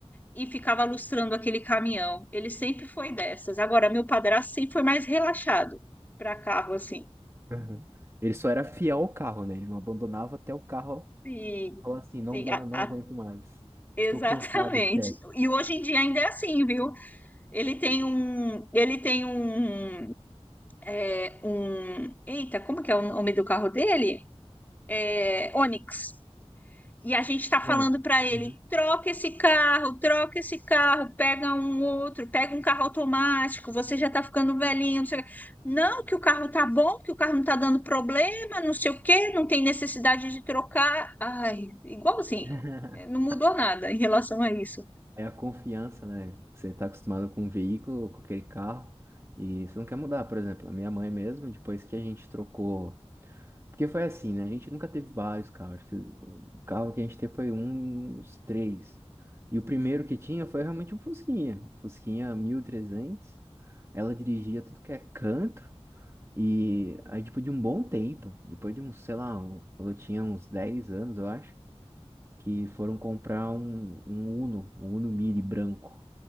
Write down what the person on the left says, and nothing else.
e ficava lustrando aquele caminhão. Ele sempre foi dessas. Agora, meu padrasto sempre foi mais relaxado para carro, assim.
Sim,
sim,
a-
a-
exatamente.
E hoje em dia ainda é assim, viu? Ele tem um, ele tem um, é, um, eita, como que é o nome do carro dele? É, Onix. E a gente está falando
para ele:
troca esse carro, troca esse carro, pega um outro, pega um carro automático, você já está ficando velhinho, não sei o quê. Não, que o carro tá bom, que o carro não está dando problema, não sei o quê, não tem necessidade de trocar. Ai, igualzinho,
eh, não mudou nada em relação a isso.